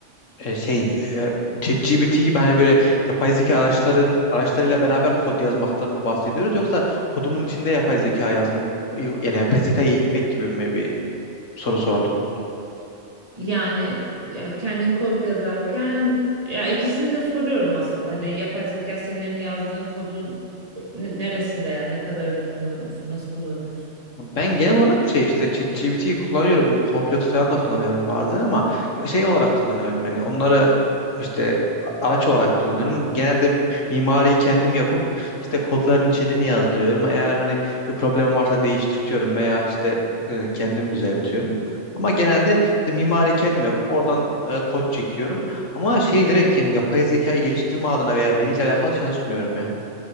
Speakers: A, on the left (about 85°); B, on the right (about 30°).
A: E, şey, e, ChatGPT gibi hani böyle yapay zeka araçların araçlarıyla beraber kod yazmaktan mı bahsediyoruz yoksa kodumun içinde yapay zeka yazm yani yapay zekayı eğitmek gibi mi bir soru sordun?
B: Yani ya kendin kod yazarken ya ikisini de soruyorum aslında. Hani yapay zeka senin yazdığın kodun ne- neresinde yani ne kadarını kullanıyorsun, nasıl kullanıyorsun?
A: Ben genel olarak şey işte ChatGPT'yi kullanıyorum. Copilot'u falan da kullanıyorum bazen ama şey olarak kullanıyorum. Yani onları işte araç olarak kullanıyorum. Genelde mimariyi kendim yapıp işte kodların içeriğini yazdırıyorum. Eğer hani bir problem varsa değiştirtiyorum veya işte e, kendim düzeltiyorum. Ama genelde işte mimari kendim yapıp oradan e, kod çekiyorum. Ama şey direkt yani yapay zekayı geliştirme adına veya veriyle alakalı çalışmıyorum ya.